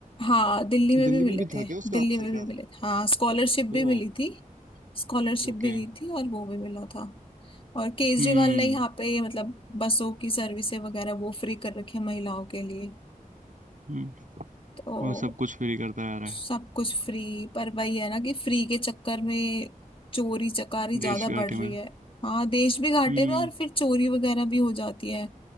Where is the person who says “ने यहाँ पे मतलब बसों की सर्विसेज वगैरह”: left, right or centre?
Left